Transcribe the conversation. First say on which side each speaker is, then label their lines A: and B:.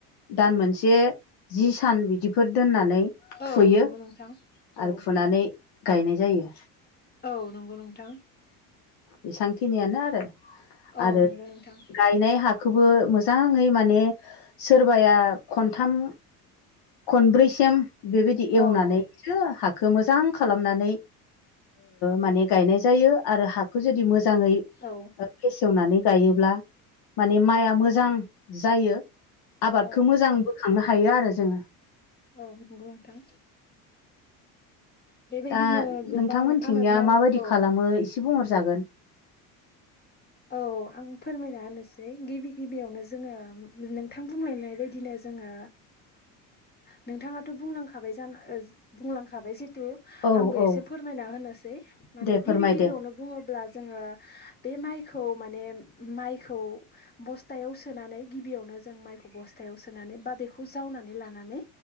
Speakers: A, on the left (about 55°); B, on the left (about 20°).
A: दान मोनसे जि सान बिदिफोर दोननानै
B: औ
A: थुयो
B: नंगौ नोंथां औ
A: आरो फुनानै गायनाय जायो
B: औ नंगौ नोंथां
A: बेसेबांखिनियानो आरो
B: औ
A: आरो
B: नंगौ नोंथां
A: गायनाय हा खौबो मोजाङै माने सोरबाया खनथाम खनब्रैसिम बेबायदि एवनानैसो
B: औ
A: हा मोजां खालामनानै माने गायनाय जायो आरो हाखौ जुदि मोजां मोजाङै
B: औ
A: फेसेवनानै गायोब्ला माने माइआ मोजां जायो आबादखौ
B: औ
A: मोजां बोखांनो हायो थायो आरो जोङो
B: औ नंगौ नोंथां बेबायदिनो
A: दा
B: गोबां
A: नोंथांमोनथिंनिया
B: आबाद मावो
A: माबायदि
B: औ
A: खालामो एसे बुंहरसै जागोन
B: औ आं फोरमायना होनोसै गिबि गिबियावनो जोङो नोंथां बुंलायनाय बायदिनो जोङो नोंथाङाथ' बुंलांखाबाय जाना बुंलांखाबाय ज
A: औ
B: आंबो एसे
A: औ
B: फोरमायना होनोसै माने
A: दे फोरमायदो
B: गिबि गिबियावनो बुङोब्ला जोङो बे माइ माने माइखौ बस्थायाव सोनानै गिबियावनो जों माइखौ बस्थायाव सोनानै बेनिफ्राय बेखौ जावनानै लानानै